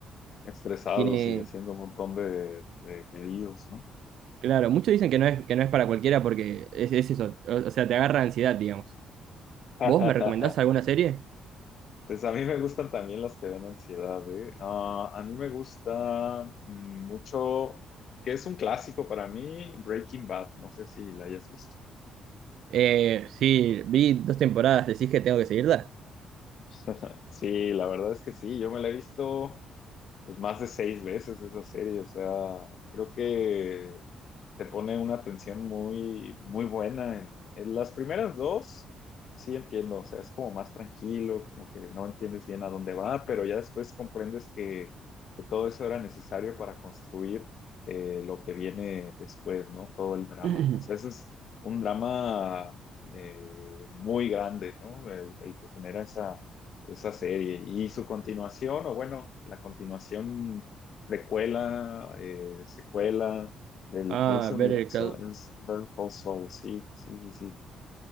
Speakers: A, on the left; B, on the right.
A: Estresados
B: Tiene,
A: y haciendo un montón de, de pedidos, ¿no?
B: claro, muchos dicen que no es, que no es para cualquiera porque es, es eso, o, o sea, te agarra ansiedad, digamos.
A: <laughs>
B: ¿Vos me recomendás alguna serie?
A: Pues a mí me gustan también las que dan ansiedad, ¿eh? Ah, a mí me gusta mm, mucho, que es un clásico para mí, Breaking Bad. No sé si la hayas visto.
B: Eh, sí, vi dos temporadas, decís que tengo que seguirla. <laughs>
A: <laughs> Sí, la verdad es que sí, yo me la he visto pues más de seis veces esa serie, o sea, creo que te pone una tensión muy, muy buena. En, en las primeras dos, sí entiendo, o sea, es como más tranquilo, como que no entiendes bien a dónde va, pero ya después comprendes que, que todo eso era necesario para construir eh, lo que viene después, ¿no? Todo el drama.
B: <clears throat>
A: O sea, ese es un drama eh, muy grande, ¿no? El, el que genera esa, esa serie. Y su continuación, o bueno, la continuación, precuela, eh, secuela del-
B: Ah,
A: de ese universo
B: Better Call.
A: es Better Call Saul. Sí, sí, sí, sí.